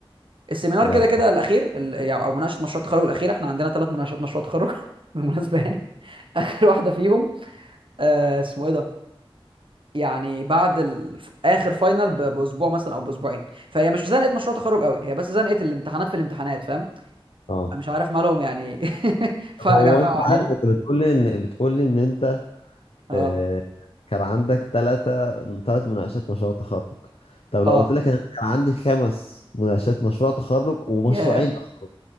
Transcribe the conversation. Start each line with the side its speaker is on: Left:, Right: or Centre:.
Right: السيمينار
Left: ده
Right: كده كده الاخير ال- يعني او مناقشه مشروع التخرج الاخيره احنا عندنا ثلاث مناقشات مشروع تخرج <laughs> بالمناسبه يعني اخر واحده فيهم آه اسمه ايه ده يعني بعد ال... اخر فاينل ب... باسبوع مثلا او باسبوعين فهي مش زنقه مشروع تخرج قوي هي بس زنقه الامتحانات في الامتحانات فاهم
Left: اه
Right: أنا مش عارف مالهم يعني <laughs> فجاه
Left: طب هو
Right: فقعوا
Left: انت عارف
Right: علينا
Left: انت بتقول لي ان بتقول لي ان انت
Right: اه
Left: آه كان عندك ثلاثة ثلاث مناقشات مشروع تخرج طب لو
Right: اه
Left: قلت لك انا كان عندي خمس مناقشات مشروع تخرج ومشروعين
Right: ياه
Left: تخرج